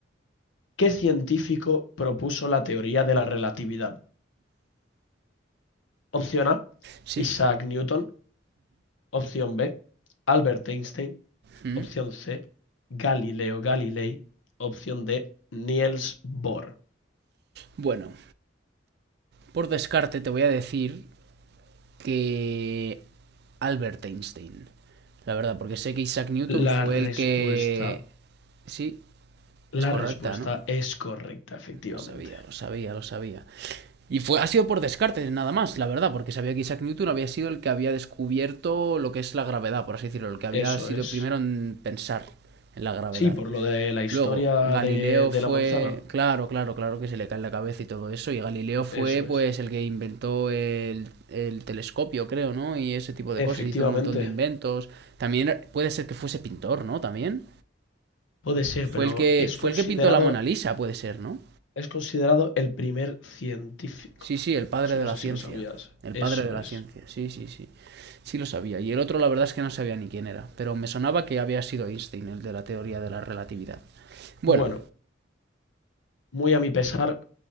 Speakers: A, on the left; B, on the right.
A: ¿Qué científico propuso la teoría de la relatividad? Opción A,
B: Sí,
A: Isaac Newton. Opción B, Albert Einstein.
B: mm.
A: Opción C, Galileo Galilei. Opción D, Niels Bohr.
B: bueno, por descarte te voy a decir que Albert Einstein, la verdad, porque sé que Isaac Newton
A: La
B: fue
A: respuesta,
B: el que... Sí,
A: la
B: es correcta,
A: respuesta
B: ¿no?
A: es correcta, efectivamente.
B: Lo sabía, lo sabía, lo sabía. Y fue, ha sido por descarte, nada más, la verdad, porque sabía que Isaac Newton había sido el que había descubierto lo que es la gravedad, por así decirlo, el que había
A: Eso
B: sido
A: es.
B: el primero en pensar en la gravedad.
A: Sí, por lo de la historia
B: Luego, Galileo
A: de, de
B: fue.
A: la manzana.
B: Claro, claro, claro que se le cae en la cabeza y todo eso. Y Galileo fue,
A: Eso
B: pues,
A: es.
B: el que inventó el, el telescopio, creo, ¿no? Y ese tipo de
A: Efectivamente.
B: cosas. Hizo un montón de inventos. También puede ser que fuese pintor, ¿no? También.
A: Puede ser,
B: Fue
A: pero
B: el que.
A: es
B: Fue
A: considerado
B: el que pintó la Mona Lisa, puede ser, ¿no?
A: Es considerado el primer científico.
B: Sí, sí, el padre
A: Eso
B: de
A: no
B: la
A: sé
B: ciencia.
A: si lo sabías.
B: El
A: Eso
B: padre de la
A: es.
B: ciencia, sí, sí, sí. Sí lo sabía. Y el otro la verdad es que no sabía ni quién era, pero me sonaba que había sido Einstein, el de la teoría de la relatividad. Bueno,
A: Bueno, muy a mi pesar,